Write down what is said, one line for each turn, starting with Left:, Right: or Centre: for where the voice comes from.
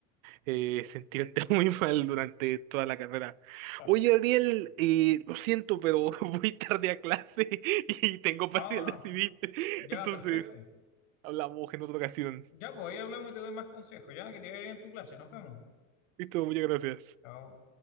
Right: eh, sentirte <laughs> muy mal durante toda la carrera.
Left: Claro.
Right: Oye, Ariel, eh, lo siento, pero <laughs> voy tarde a clase <laughs> y tengo parcial
Left: Ah,
Right: de civil. <laughs>
Left: ya,
Right: Entonces,
Left: perfecto.
Right: hablamos en otra ocasión.
Left: Ya, pues ahí hablamos y te doy más consejos. Ya, que te vaya bien en tu clase. Nos vemos.
Right: Listo, muchas gracias.
Left: Chao.